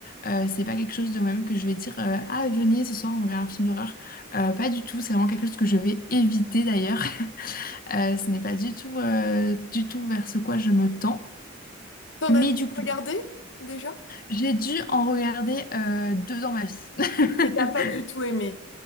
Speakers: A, on the left (about 50°); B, on the left (about 65°).
A: Euh, c'est pas quelque chose de moi-même que je vais dire euh, Ah, venez ce soir, on regarde un film d'horreur. Euh, pas du tout, c'est vraiment quelque chose que je vais éviter d'ailleurs. <laughs> Euh, ce n'est pas du tout, euh, du tout vers ce quoi je me tends.
B: T'en
A: Mais
B: as déjà
A: du coup,
B: regardé déjà?
A: j'ai dû en regarder euh, deux dans ma vie.
B: Et
A: <laughs>
B: t'as pas du tout aimé.